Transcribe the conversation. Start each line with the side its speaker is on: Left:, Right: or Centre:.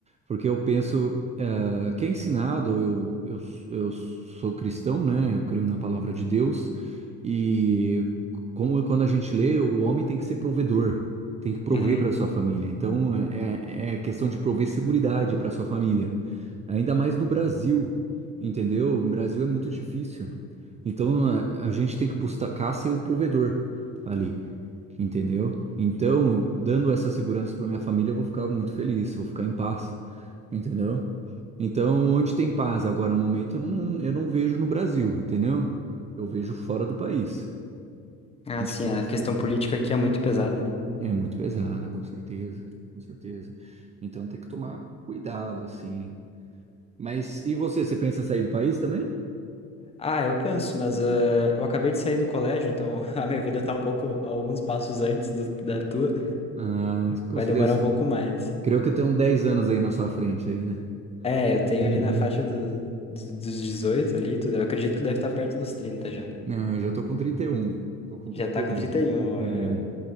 Right: Porque eu penso, eh, que é ensinado, eu, eu, eu sou cristão, né? Eu creio na palavra de Deus. E como quando a gente lê, o homem tem que ser provedor, tem que prover
Left: Uhum.
Right: para sua família. Então, é, é é questão de prover seguridade para sua família. Ainda mais no Brasil, entendeu? O Brasil é muito difícil. Então a, a gente tem que buscar ser o provedor ali, entendeu? Então, dando essa segurança para minha família, eu vou ficar muito feliz, eu vou ficar em paz, entendeu? Então, onde tem paz agora no momento, eu não, eu não vejo no Brasil, entendeu? Eu vejo fora do país.
Left: Ah,
Right: A gente
Left: sim,
Right: fica mais
Left: a questão
Right: tranquilo.
Left: política aqui é muito pesada, né?
Right: É muito pesada, com certeza, com certeza. Então tem que tomar cuidado, assim. Mas e você, você pensa em sair do país também?
Left: Ah, eu penso, mas ah, eu acabei de sair do colégio, então <laughs> a minha vida tá um pouco, alguns passos antes do- da tua.
Right: Ah, com
Left: Vai
Right: certeza.
Left: demorar um pouco mais.
Right: Creio que tem uns 10 anos aí na sua frente aí, né?
Left: É, eu tenho
Right: Uhum.
Left: ali na faixa do- do- dos 18 ali, tudo. Eu acredito que deve estar perto dos 30 já.
Right: Não, eu já tô com trinta e um, Tô com trinta
Left: Já tá
Right: e
Left: com
Right: um
Left: 31,
Right: já.
Left: ó,
Right: É,
Left: viu?